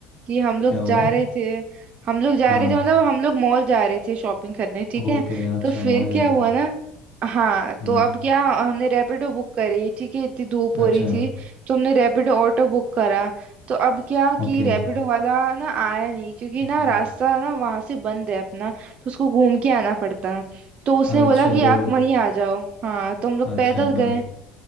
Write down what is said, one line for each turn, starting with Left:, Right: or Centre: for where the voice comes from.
Right: कि हम लोग
Left: क्या हुआ
Right: जा रहे थे हम लोग जा
Left: हाँ
Right: रहे थे मतलब हम लोग मॉल जा रहे थे शॉपिंग करने ठीक
Left: ओके
Right: है
Left: अच्छा
Right: तो फिर
Left: मॉल जा
Right: क्या
Left: रहे
Right: हुआ
Left: थे
Right: ना हाँ
Left: हम्म
Right: तो अब क्या हमने रैपिडो बुक करी ठीक है इतनी धूप
Left: अच्छा
Right: हो रही थी तो हमने रैपिडो ऑटो बुक करा तो अब क्या
Left: ओके
Right: कि रैपिडो वाला ना आया नहीं क्योंकि
Left: हम्म,
Right: ना रास्ता ना वहां से बंद है अपना तो उसको घूम के आना पड़ता है तो उसने
Left: अच्छा
Right: बोला कि
Left: तो
Right: आप वहीं आ जाओ हाँ तो हम लोग
Left: अच्छा
Right: पैदल
Left: मतलब
Right: गए